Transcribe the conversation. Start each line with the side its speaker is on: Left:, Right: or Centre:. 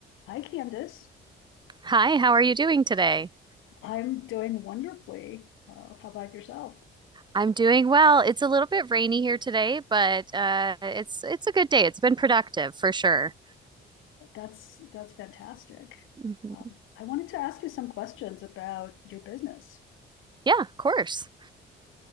Left: Hi, Candice.
Right: Hi, how are you doing today?
Left: I'm doing wonderfully. Uh, how about yourself?
Right: I'm doing well. It's a little bit rainy here today, but uh, it's it's a good day. It's been productive for sure.
Left: That's that's fantastic.
Right: Mhm.
Left: Um, I wanted to ask you some questions about your business.
Right: Yeah, of course.